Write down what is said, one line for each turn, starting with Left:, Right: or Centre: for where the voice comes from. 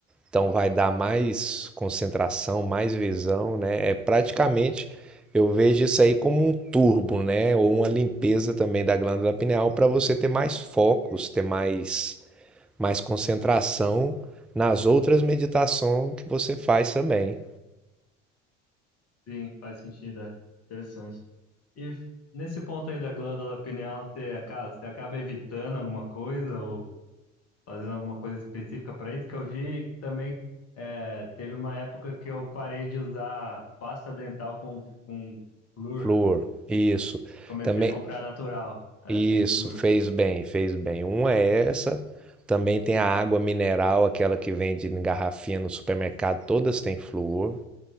Centre: Então vai dar mais concentração, mais visão, né? É praticamente eu vejo isso aí como um turbo, né? Ou uma limpeza também da glândula pineal para você ter mais focos, ter mais mais concentração nas outras meditações que você faz também.
Left: sim, faz sentido, é. Interessante. E nesse ponto aí da glândula pineal, você acaba, você acaba evitando alguma coisa ou fazendo alguma coisa específica para isso? Que eu vi também, é, teve uma época que eu parei de usar pasta dental com, com flúor
Centre: Flor, isso.
Left: e comecei
Centre: Também,
Left: a comprar natural, é,
Centre: isso,
Left: sem flúor.
Centre: fez bem, fez bem. Uma é essa. Também tem a água mineral, aquela que vende em garrafinha no supermercado, todas têm flúor.